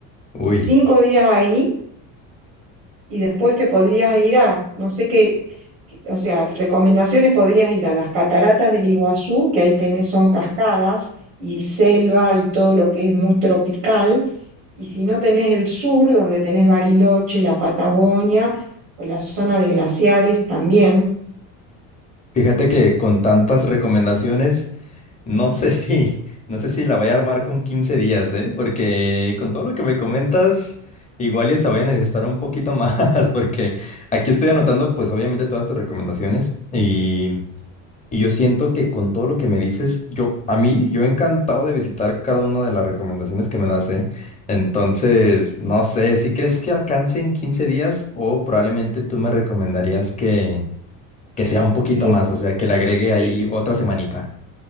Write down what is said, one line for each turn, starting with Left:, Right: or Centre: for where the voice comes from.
Left: Uy,
Right: Cinco días ahí y después te podrías ir a, no sé qué, qué- o sea, recomendaciones, podrías ir a las cataratas del Iguazú, que ahí tenés, son cascadas y selva y todo lo que es muy tropical. Y si no tenés el sur, donde tenés Bariloche, la Patagonia o la zona de glaciares también,
Left: fíjate que con tantas recomendaciones... No sé si, no sé si la vaya a armar con 15 días, ¿eh? Porque con todo lo que me comentas, igual y hasta voy a necesitar un poquito más, <laughs> porque aquí estoy anotando, pues obviamente todas tus recomendaciones y, y yo siento que con todo lo que me dices, yo, a mí, yo encantado de visitar cada una de las recomendaciones que me das, ¿eh? Entonces, no sé, si crees que alcance en 15 días o probablemente tú me recomendarías que, que sea un poquito
Right: Y,
Left: más, o sea, que le agregue ahí
Right: y
Left: otra semanita.